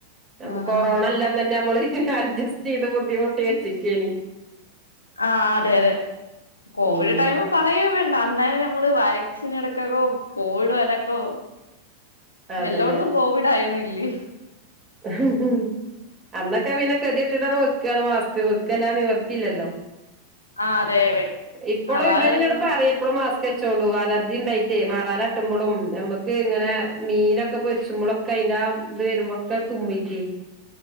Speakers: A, on the right; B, on the left.
A: നമ്മ
B: ആഹ്
A: കൊറോണ അല്ല ന്നെ നമ്മള് അഡ്ജസ്റ്റ് ചെയ്ത് ബുദ്ധിമുട്ടി വെച്ചക്കാണ്.
B: ആഹ്, അതെ അതെ. കോവിഡ്
A: ഉം
B: ടൈം... പറയേ വേണ്ട, അന്നാരം നമ്മള് വാക്സിൻ എടുക്കക്കോ കോവിഡ് വരാക്കോ...
A: അതന്നെ
B: എല്ലോടത്തും കോവിഡ് ആയിരുന്നില്ലേ?
A: ഹ് ഉം... അന്നൊക്കെ പിന്നെ കെതി കെട്ട്ട്ടാണ് വെക്കാണ് മാസ്ക്. വെക്കലാന്ന് നിവർത്തിയില്ലല്ലോ?
B: ആഹ് അതെ
A: ഇപ്പോളും
B: അതായിരുന്നു
A: ഇവര് എന്നോട് പറയല് പ്പളും മാസ്ക് വെച്ചോണ്ടു അലർജി ഉണ്ടായിട്ട് മറാലട്ടുമ്പളും, നമുക്ക് ഇങ്ങനെ മീനൊക്കെ പൊരിച്ചുമ്പളും... കയിന്റെ ഇത് വരുമ്പ്പൊക്കെ തുമ്മിക്ക്